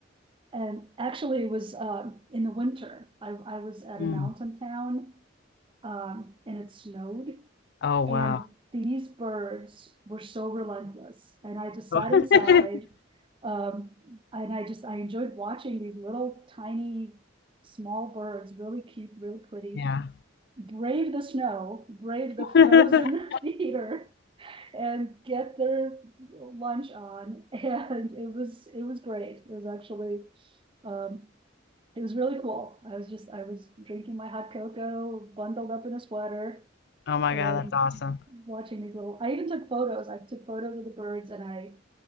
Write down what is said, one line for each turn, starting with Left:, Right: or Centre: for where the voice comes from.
Right: and actually it was um, in the winter. I I was at
Left: mm.
Right: a mountain town, um, and it snowed
Left: Oh, wow.
Right: And these birds were so relentless. And I just
Left: <laughs>
Right: sat inside. Um, and I just I enjoyed watching these little tiny small birds, really cute, really pretty,
Left: Yeah.
Right: brave the snow, brave the
Left: <laughs>
Right: frozen <laughs> theater, and get their lunch on. <laughs> And it was it was great. It was actually um, it was really cool. I was just I was drinking my hot cocoa, bundled up in a sweater,
Left: Oh my
Right: and
Left: God, that's awesome.
Right: watching these little, I even took photos. I took photos of the birds and I